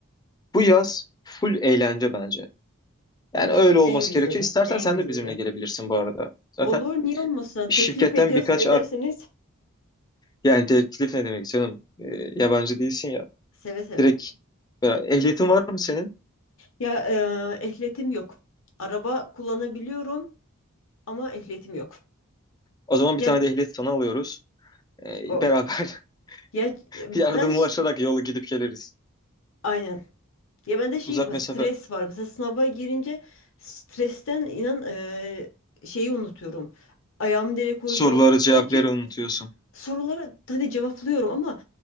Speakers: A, on the left; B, on the left.
A: bu yaz full eğlence bence.
B: Ay,
A: Yani öyle olması
B: en güzeli,
A: gerekiyor. İstersen
B: en
A: sen
B: güzeli.
A: de bizimle gelebilirsin bu arada. Zaten
B: Olur niye olmasın? Teklif
A: şirketten
B: ediyoruz,
A: birkaç
B: edersiniz
A: ar yani teklif ne demek canım Ee, yabancı değilsin ya
B: seve seve.
A: direkt beraber. ehliyetin var mı senin?
B: Ya e, ehliyetim yok. Araba kullanabiliyorum ama ehliyetim yok.
A: O zaman bir
B: Ya
A: tane de ehliyet sana alıyoruz. Ee,
B: o
A: beraber
B: ya
A: <laughs>
B: ben
A: yardımlaşarak
B: ş-
A: yolu gidip geliriz.
B: aynen Ya bende şey
A: Uzak
B: var,
A: mesafe
B: stres var. Mesela sınava girince stresten inan eee, şeyi unutuyorum. Ayağımı nereye koyacağım?
A: soruları
B: Sanki
A: cevapları unutuyorsun.
B: sorulara hadi cevaplıyorum ama